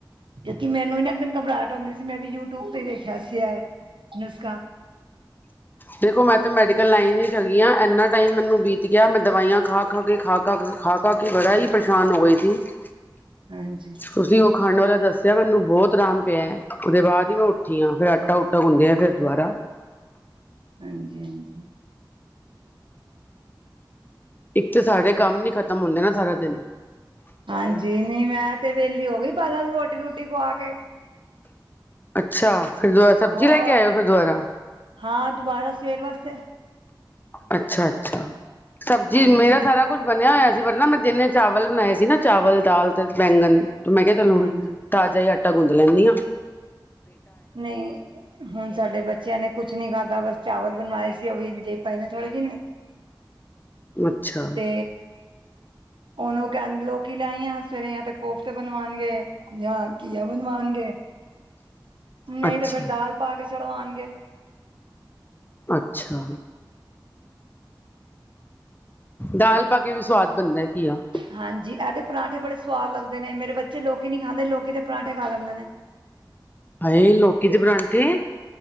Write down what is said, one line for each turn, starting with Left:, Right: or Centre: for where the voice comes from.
Right: ਕਿਉਂਕਿ ਮੈਨੂੰ ਨਾ ਇਕਦਮ ਘਬਰਾਹਟ ਹੁੰਦੀ ਸੀ ਮੈਂ ਵੀ ਯੂਟੀਊਬ ਤੇ ਦੇਖਿਆ ਸੀ ਇਹ ਨੁਸਖਾ
Left: ਦੇਖੋ ਮੈਂ ਤਾਂ ਮੈਡੀਕਲ ਲਾਈਨ ਹੀ ਇੰਨਾ ਟਾਈਮ ਮੈਨੂੰ ਬੀਤ ਗਿਆ ਮੈਂ ਦਵਾਈਆਂ ਖਾ ਖਾ ਕੇ ਖਾ ਖਾ ਖਾ ਖਾ ਕੇ ਬੜਾ ਹੀ ਪਰੇਸ਼ਾਨ ਹੋ ਗਏ ਸੀ। <inaudible>
Right: ਹਾਂਜੀ।
Left: ਤੁਸੀਂ ਓ ਖਾਣ ਵਾਲਾ ਦੱਸਿਆ ਮੈਨੂੰ ਬਹੁਤ ਰਾਮ ਪਿਆ ਓਦੇ ਬਾਅਦ ਈ ਮੈਂ ਉੱਠੀ ਆ ਫਿਰ ਆਟਾ ਊਟਾ ਗੁੰਦੇ ਆ ਫਿਰ ਦੁਬਾਰਾ
Right: ਹਾਂਜੀ ਹਾਂਜੀ।
Left: ਇੱਕ ਤੇ ਸਾਡੇ ਕੰਮ ਨੀ ਖ਼ਤਮ ਹੁੰਦੇ ਨਾ ਸਾਰਾ ਦਿਨ।
Right: ਹਾਂਜੀ, ਨਈ ਮੈਂ ਤੇ ਵਿਹਲੀ ਹੋ ਗਈ ਬਾਲਾਂ ਨੂੰ ਰੋਟੀ ਰੂਟੀ ਖਵਾ ਕੇ।
Left: ਅੱਛਾ, ਫਿਰ ਦੁਬਾਰਾ ਸਬਜ਼ੀ
Right: ਉਹ
Left: ਲੈ ਕੇ ਆਇਓ ਫਿਰ ਦੁਬਾਰਾ।
Right: ਹਾਂ ਦੁਬਾਰਾ ਸਵੇਰ ਵਾਸਤੇ
Left: ਅੱਛਾ ਅੱਛਾ, ਸਬਜ਼ੀ
Right: ਹਾਂਜੀ
Left: ਮੇਰਾ ਸਾਰਾ ਕੁੱਛ ਬਣਿਆ ਹੋਇਆ ਸੀ ਫਿਰ ਨਾ ਮੈਂ ਦਿਨੇ। ਚਾਵਲ ਬਣਾਏ ਸੀ ਨਾ ਚਾਵਲ ਦਾਲ ਤੇ ਬੈਂਗਣ ਤੇ ਮੈਂ ਕਿਆ ਚਲ ਹੁਨ।
Right: ਹਾਂਜੀ
Left: ਤਾਜ਼ਾ ਈ ਆਟਾ ਗੁੰਦ ਲੈਣੀ ਆ।
Right: ਨਈ। ਹੁਨ ਸਾਡੇ ਬੱਚਿਆਂ ਨੇ ਕੁਛ ਨੀ ਖਾਧਾ ਬਸ ਚਾਵਲ ਬਣਵਾਏ ਸੀ ਓ ਵੀ ਇੰਝ ਈ ਪਏ ਨੇ ਥੋੜੇ ਦਿਨ।
Left: <inaudible> ਅੱਛਾ
Right: ਤੇ। ਹੁਨ ਓ ਕਹਿਣ ਲੋਕੀ ਲੈ ਆਈ ਆ ਸਵੇਰੇ ਜਾਂ ਤੇ ਕੋਫਤੇ ਬਣਵਾਣਗੇ। ਜਾ ਕੀਆ ਬਣਵਾਂਣਗੇ। ਨਹੀਂ
Left: ਅੱਛਾ
Right: ਤੇ ਫੇਰ ਦਾਲ ਪਾ ਕੇ ਚੜਵਾਂਨਗੇ।
Left: ਅੱਛਾ। ਦਾਲ ਪਾ ਕੇ ਵੀ ਸਵਾਦ ਬਣਦਾ ਕੀ ਆ।
Right: ਹਾਂਜੀ, ਇਹਦੇ ਪਰਾਂਠੇ ਬੜੇ ਸਆਦ ਲੱਗਦੇ ਨੇ ਮੇਰੇ ਬੱਚੇ ਲੋਕੀ ਨੀ ਖਾਂਦੇ ਲੋਕੀ ਦੇ ਪਰਾਂਠੇ ਖਾ ਲੈਂਦੇ ਨੇ।
Left: ਹਾਏ ਲੋਕੀ ਦੇ ਪਰਾਂਠੇ।